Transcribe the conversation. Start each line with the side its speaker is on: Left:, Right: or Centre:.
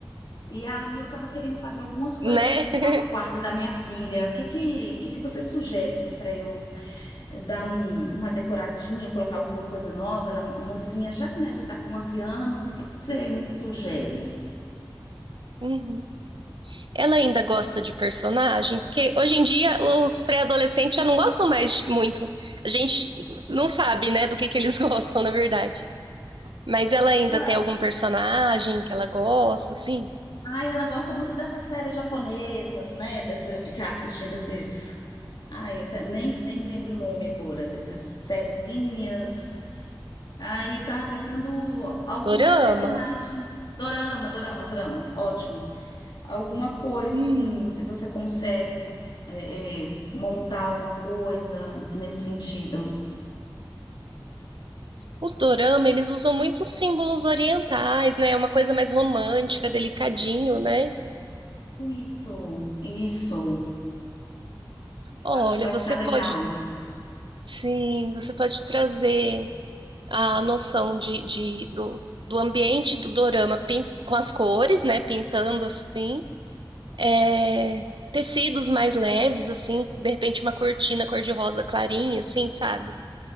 Left: E aí eu estava querendo fazer algumas coisinhas
Right: né? <laughs>
Left: lá pro quarto da minha filha. O que que, que que você sugere assim para eu dar um- uma decoradinha, colocar alguma coisa nova. Ela, mocinha, já, né, já está com 11 anos, o que que você me sugere?
Right: Uhum. Ela ainda gosta de personagem, porque hoje em dia os pré-adolescentes já não gostam mais de- muito. A gente não sabe, né, do que que eles <laughs> gostam, na verdade. Mas ela ainda
Left: Ah,
Right: tem algum personagem que ela gosta, assim?
Left: ai, ela gosta muito dessas séries japonesas, né? Dessa, ficar assistindo esses. Ai, eu nem, nem me lembro o nome agora, dessas sériezinhas. Aí tava pensando algum
Right: Dorama?
Left: personagem. Dorama, dorama, dorama, ótimo. Alguma coisa
Right: Hum.
Left: assim, se você consegue é, é, montar alguma coisa nesse sentido.
Right: O dorama, eles usam muitos símbolos orientais, né? É Uma coisa mais romântica, delicadinho, né?
Left: Isso, isso. Eu
Right: Olha,
Left: acho que vai
Right: você
Left: ficar legal.
Right: pode, sim, você pode trazer a noção de, de- do, do ambiente do dorama pin- com as cores, né? Pintando assim. É, tecidos mais leves, assim, de repente uma cortina cor-de-rosa clarinha, assim, sabe?